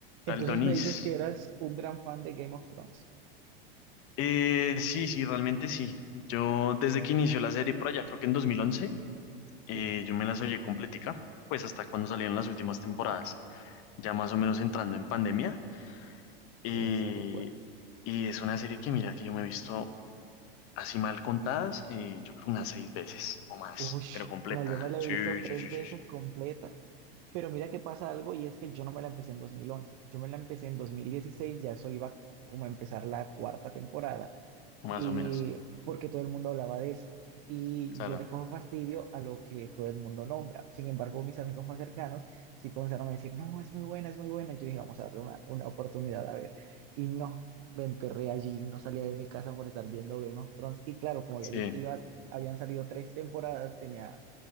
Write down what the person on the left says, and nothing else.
Tal Donis.
Eh, sí, sí, realmente sí. Yo desde que inició la serie por allá, creo que en 2011,
eh, yo me las oí completica, pues hasta cuando salieron las últimas temporadas, ya más o menos entrando en pandemia. Eh,
y es una serie que mira que yo me he visto así mal contadas, eh, yo creo unas seis veces o más,
pero completa.
Sí,
sí, sí,
sí, sí,
más
o menos.
Claro,
sí,